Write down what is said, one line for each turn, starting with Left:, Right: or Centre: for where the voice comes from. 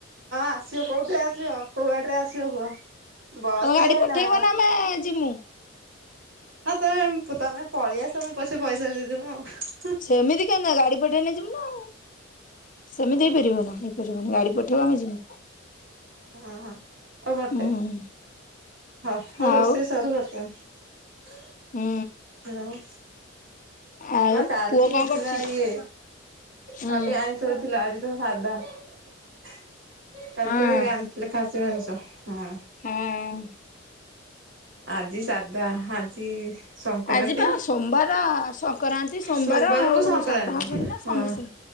Right: ଆସିବ, କୋଉଥିରେ ଆସିବ କୋଉଗାଡିରେରେ ଆସିବ କୁହ? ବସରେ
Left: ତମେ ଗାଡି ପଠେଇବ
Right: ନା
Left: ଆମେ ଯିମୁ
Right: ହ ତମେ ତମେ ପଳେଇଆସ ମୁଁ ପଛେ ପଇସା ଦେଇଦମୁ ଆଉ।
Left: ସେମିତି କେମିତି ହବ ଗାଡି ପଠେଇନେ ଯିବୁ ନା ଆଉ ସେମିତି
Right: ହଁ
Left: ହେଇପାରିବ ନା ହେଇପାରି ମୁନୁ ଗାଡି ପଠେଇବ ଆମେ ଯିମୁ।
Right: ହଁ ହ ଓ ବଟେଇ
Left: ହୁଁ
Right: ହଁ
Left: ଆଉ
Right: ରୋଷେଇ ସରୁ ବଟେଇବ।
Left: ହୁଁ
Right: ଆଉ।
Left: ଆଉ
Right: ନା କାଲି
Left: ପୁଅ
Right: ହେଇଥିଲା
Left: କଣ କରୁଛି?
Right: ଇଏ
Left: ହୁଁ
Right: କାଲି ଆଇଷ ଥିଲା, ଆଜି ତ ସାଧା କାଲି
Left: ହଁ
Right: ତ ଇ ଲି ଖାସି ମାଂସ ହଁ।
Left: ହଁ।
Right: ଆଜି ସାଧା ଆଜି ସଂକ୍ରାନ୍ତି
Left: ଆଜିିବା ସୋମବାର ସଂକ୍ରାନ୍ତି ସୋମବାର
Right: ସୋମବାରକୁ
Left: ଆଉ
Right: ସଂକ୍ରାନ୍ତି।
Left: ସାଧା ହବନି ନା,
Right: ହଁ।
Left: ସମସ୍ତେ